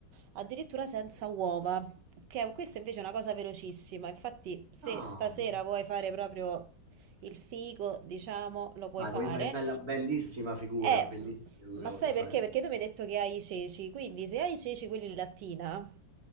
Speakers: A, on the right (about 75°); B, on the right (about 50°).
A: addirittura senza uova, che è- questa invece è una cosa velocissima, infatti se
B: Ah,
A: stasera vuoi fare proprio il figo, diciamo, lo puoi
B: vai,
A: fare.
B: voglio fare bella, bellissima figura,
A: Eh,
B: bellissima figura
A: ma sai
B: voglio fare.
A: perché? Perché tu mi hai detto che hai i ceci, quindi se hai i ceci quelli in lattina,